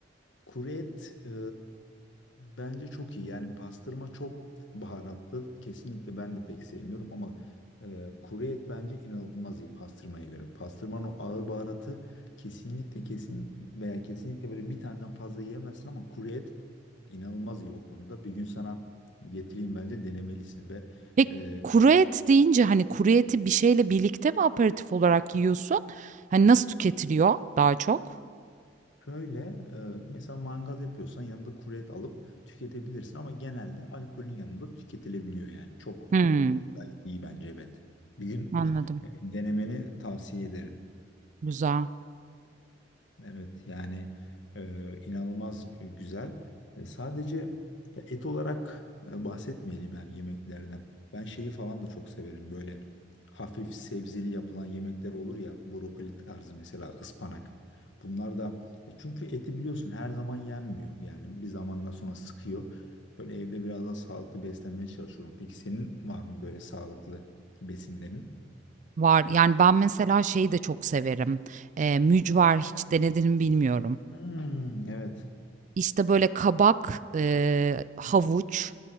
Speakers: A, on the left (about 80°); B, on the right (about 40°).
A: Kuru et e, bence çok iyi. Yani pastırma çok baharatlı. Kesinlikle ben de pek sevmiyorum ama e, kuru et bence inanılmaz iyi pastırmaya göre. Pastırmanın o ağır baharatı kesinlikle kesin veya kesinlikle böyle bir taneden fazla yiyemezsin ama kuru et inanılmaz iyi o konuda. Bir gün sana getireyim bence denemelisin ve
B: Peki,
A: e,
B: kuru et deyince, hani, kuru eti bir şeyle birlikte mi aperatif olarak yiyorsun? Hani, nasıl tüketiliyor daha çok?
A: Şöyle e, mesela mangal yapıyorsan yanında kuru et alıp tüketebilirsin ama genelde alkolün yanında tüketilebiliyor yani. Çok
B: Hımm,
A: e, gayet iyi bence evet. Bir gün
B: anladım.
A: e, denemeni tavsiye ederim.
B: Güzel.
A: Evet yani e, inanılmaz e, güzel. E, sadece ya et olarak e, bahsetmeyelim yani yemeklerden. Ben şeyi falan da çok severim böyle hafif sebzeli yapılan yemekler olur ya brokoli tarzı mesela ıspanak. Bunlar da e, çünkü eti biliyorsun her zaman yenmiyor yani bir zamandan sonra sıkıyor. Böyle evde biraz daha sağlıklı beslenmeye çalışıyorum. Peki senin var mı böyle sağlıklı besinlerin?
B: Var. Yani, ben mesela şeyi de çok severim. Eee, mücver hiç denedin mi bilmiyorum.
A: Hmm, evet.
B: İşte böyle kabak, eee, havuç,